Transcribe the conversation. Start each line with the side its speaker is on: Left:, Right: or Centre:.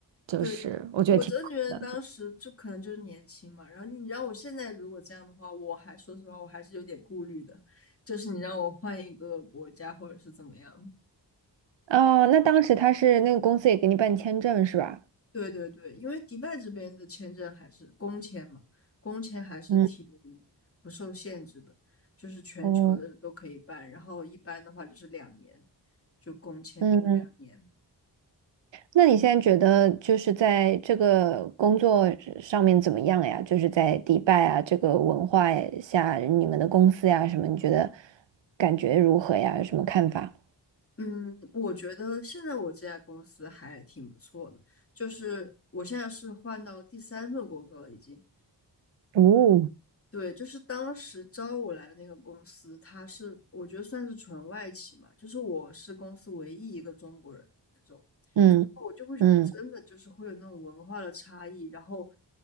Right: 就是我觉得挺好的。
Left: 对，我真的觉得当时就可能就是年轻嘛，然后你让我现在如果这样的话，我还说实话，我还是有点顾虑的，就是你让我换一个国家或者是怎么样。
Right: 哦，那当时他是那个公司也给你办签证是吧？
Left: 对对对，因为迪拜这边的签证还是工签嘛，工签还是挺
Right: 嗯
Left: 不受限制的，就是全球的都可以办，
Right: 哦，
Left: 然后一般的话就是两年，就工签就是两年。
Right: 嗯那你现在觉得就是在这个工作上面怎么样呀？就是在迪拜啊这个文化下，你们的公司呀什么，你觉得感觉如何呀？有什么看法？
Left: 嗯，我觉得现在我这家公司还挺不错的，就是我现在是换到第三份工作了，已经。
Right: 哦，
Left: 对，就是当时招我来的那个公司，它是我觉得算是纯外企嘛，就是我是公司唯一一个中国人，那种。
Right: 嗯
Left: 我就会觉得真的就是会有那种文化的差异，
Right: 嗯
Left: 然后